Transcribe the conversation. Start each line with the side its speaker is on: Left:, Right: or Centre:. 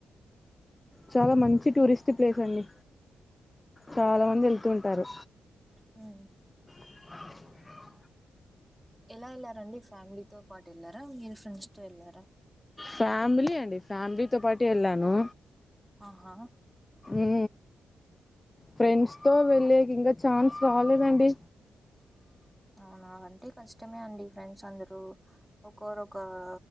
Left: చాల మంచి టూరిస్ట్ ప్లేస్ అండి చాల మంది వెళ్తుూ ఉంటారు
Centre: హు
Left: అ
Centre: ఎలా వెళ్లారండి ఫ్యామిలీతో పాటు వెళ్ళార మీరు ఫ్రెండ్స్ తో వెళ్లార
Left: ఫ్యామిలీ అండి ఫ్యామిలీతో పాటు వెళ్ళాను
Centre: ఆహా
Left: ఏ ఫ్రెండ్స్ తో వెళ్లేకి ఇంగ ఛాన్స్ రాలేదండి
Centre: అవునా అంటే కష్టమే అండి ఫ్రెండ్స్ అందరు ఒకరొకరు